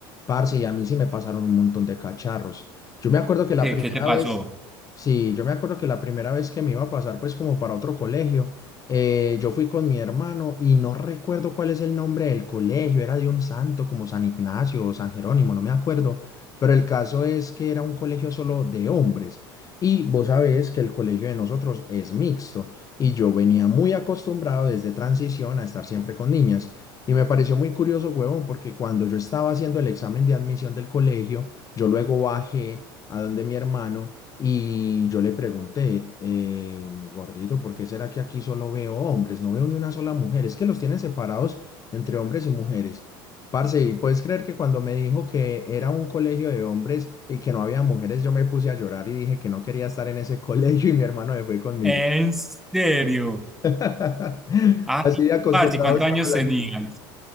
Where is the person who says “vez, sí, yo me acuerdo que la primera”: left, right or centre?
Left